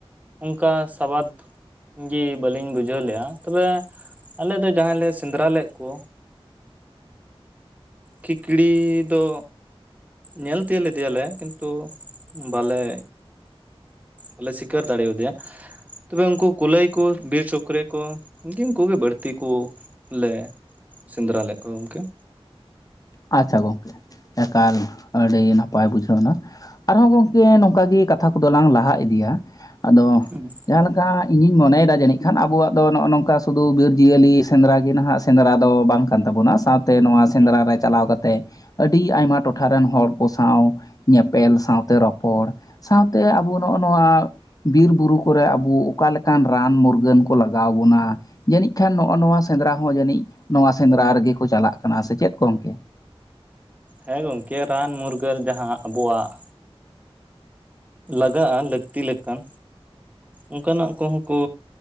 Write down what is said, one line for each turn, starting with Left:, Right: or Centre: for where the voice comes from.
Right: ᱚᱱᱠᱟ ᱥᱟᱵᱟᱫᱽ ᱼᱼ ᱡᱮ ᱵᱟᱹᱞᱤᱧ ᱵᱩᱡᱷᱟᱹᱣ ᱞᱮᱜᱼᱟ, ᱛᱚᱵᱮ ᱟᱞᱮ ᱫᱚ ᱡᱟᱦᱟᱸᱭ ᱞᱮ ᱥᱮᱸᱫᱽᱨᱟ ᱞᱮᱫ ᱠᱚᱼᱼ
Left: <inaudible>
Right: ᱠᱷᱤᱠᱲᱤ ᱫᱚ ᱧᱮᱞ ᱛᱤᱭᱳᱜ ᱞᱮᱫᱮᱭᱟᱞᱮ, ᱠᱤᱱᱛᱩ ᱵᱟᱞᱮ ᱵᱟᱞᱮ ᱥᱤᱠᱟᱹᱨ ᱫᱟᱲᱮᱭᱟᱫᱮᱭᱟ। ᱛᱚᱵᱮ ᱩᱱᱠᱩ ᱠᱩᱞᱟᱹᱭ ᱠᱚ ᱵᱤᱨ ᱥᱩᱠᱨᱤ ᱠᱚ ᱵᱤᱧ ᱠᱚᱜᱮ ᱵᱟᱹᱲᱛᱤ ᱠᱚ, ᱞᱮ ᱥᱮᱸᱫᱽᱨᱟ ᱞᱮᱫ ᱠᱚᱣᱟ ᱜᱚᱢᱠᱮ।
Left: ᱟᱪᱪᱷᱟ ᱜᱚᱝᱠᱮ ᱮᱠᱟᱞ ᱟᱹᱰᱤ ᱱᱟᱯᱟᱭ ᱵᱩᱡᱷᱟᱹᱣ ᱮᱱᱟ। ᱟᱨᱦᱚᱸ ᱜᱚᱝᱠᱮ ᱱᱚᱝᱠᱟ ᱜᱮ ᱠᱟᱛᱷᱟ ᱠᱚᱫᱚ ᱞᱟᱝ ᱞᱟᱦᱟ ᱤᱫᱤᱭᱟ ᱟᱫᱚ,
Right: ᱦᱩᱸ
Left: ᱡᱟᱦᱟᱸ ᱞᱮᱠᱟ ᱤᱧᱤᱧ ᱢᱚᱱᱮᱭᱫᱟ ᱡᱟᱹᱱᱤᱡ ᱠᱷᱟᱱ ᱟᱵᱚᱣᱟᱜ ᱫᱚ ᱱᱚᱜᱼᱚ ᱱᱚᱝᱠᱟ ᱥᱩᱫᱩ ᱵᱤᱨ ᱡᱤᱭᱟᱹᱞᱤ ᱥᱮᱸᱫᱽᱨᱟ ᱜᱮ ᱱᱟᱦᱟᱜ ᱥᱮᱸᱫᱽᱨᱟ ᱫᱚ ᱵᱟᱝ ᱠᱟᱱ ᱛᱟᱵᱚᱱᱟ ᱥᱟᱶᱛᱮ ᱱᱚᱣᱟ ᱥᱮᱸᱫᱽᱨᱟ
Right: ᱦᱩᱸ
Left: ᱨᱮ ᱪᱟᱞᱟᱣ ᱠᱟᱛᱮ ᱟᱹᱰᱤ ᱟᱭᱢᱟ ᱴᱚᱴᱷᱟ ᱨᱮᱱ ᱦᱚᱲ ᱠᱚ ᱥᱟᱶ ᱧᱮᱯᱮᱞ ᱥᱟᱶᱛᱮ ᱨᱚᱯᱚᱲ, ᱥᱟᱶᱛᱮ ᱟᱵᱚ ᱱᱚᱜᱼᱚ ᱱᱚᱣᱟ, ᱵᱤᱨᱼᱵᱩᱨᱩ ᱠᱚᱨᱮ ᱟᱵᱚ ᱚᱠᱟ ᱞᱮᱠᱟᱱ ᱨᱟᱱ ᱢᱩᱨᱜᱟᱹᱱ ᱠᱚ ᱞᱟᱜᱟᱣ ᱟᱵᱚᱱᱟ, ᱡᱟᱹᱱᱤᱡ ᱠᱷᱟᱱ ᱱᱚᱜᱼᱱᱚᱣᱟ ᱥᱮᱸᱫᱽᱨᱟ ᱦᱚᱸ ᱡᱟᱹᱱᱤᱡ ᱱᱚᱣᱟ ᱥᱮᱸᱫᱽᱨᱟ ᱨᱮᱜᱮ ᱠᱚ ᱪᱟᱞᱟᱜ ᱠᱟᱱᱟ ᱥᱮ ᱪᱮᱫ ᱜᱚᱝᱠᱮ?
Right: ᱦᱮᱸ ᱜᱚᱝᱠᱮ ᱨᱟᱱ ᱢᱩᱨᱜᱟᱹᱱ ᱡᱟᱦᱟᱸ ᱟᱵᱚᱣᱟᱜ ᱞᱟᱜᱟᱜᱼᱟ ᱞᱟᱹᱠᱛᱤ ᱞᱮᱠᱟᱱ ᱚᱱᱠᱟᱱᱟᱜ ᱠᱚᱦᱚᱸ ᱠᱚ